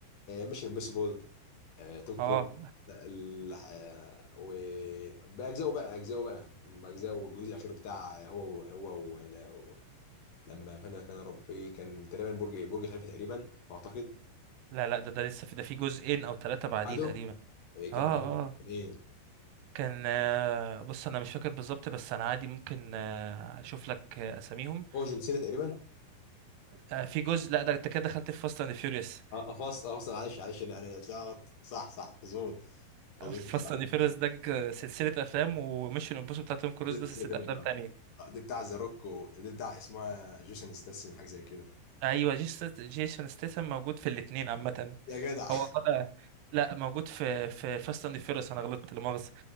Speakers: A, on the left; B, on the right.
A: مش امبوسيبل آه، توم
B: اه
A: كروز لا، ال- آه، وبأجزائه بقى أجزائه بقى بأجزائه والجزء الأخير بتاع هو هو ولا- و... لما فانا كان ربي كان تقريبا برج إيه، برج خليفة تقريبا أعتقد
B: لا لا ده ده لسه في ده في جزئين او ثلاثه بعديه
A: بعده
B: تقريبا
A: آه، كان
B: اه
A: إيه
B: اه
A: كان إيه
B: كان آه، بص انا مش فاكر بالظبط بس انا عادي ممكن آه، اشوف لك آه، اساميهم
A: هو جون سينا تقريبا
B: آه، في جزء لا ده انت كده دخلت في فاست اند فيوريوس
A: اه افصل افصل معلش معلش انا أنا اتلخبط صح صح مظبوط مظبوط
B: فاست
A: صح
B: اند فيوريوس ده ك- سلسله افلام وميشن امبوسيبل بتاعت توم كروز
A: سنة
B: ده سلسله
A: تانية
B: افلام
A: اه
B: تانية
A: آه، دي بتاع ذا روك ودي بتاع اسمها جيسون ستاسيوم حاجة زي كده
B: ايوه جيس- جيسون ستيسن موجود في الاثنين عامه
A: يا جدع
B: هو طلع لا موجود في في فاست اند فيوريوس انا غلطت لا مؤاخذه